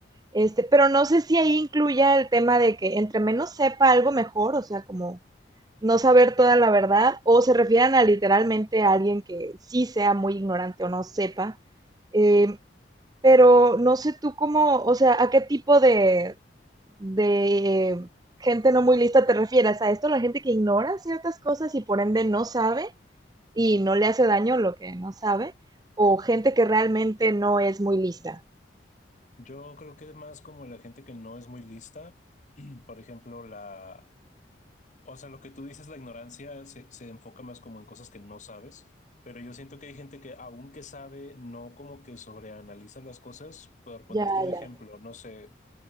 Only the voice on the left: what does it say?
Yo creo que es más como la gente que no es muy lista. <clears throat> Por ejemplo, la, O sea, lo que tú dices, la ignorancia se, se enfoca más como en cosas que no sabes, pero yo siento que hay gente que aunque sabe, no como que sobreanaliza las cosas. Por ponerte
un
ejemplo,
no sé,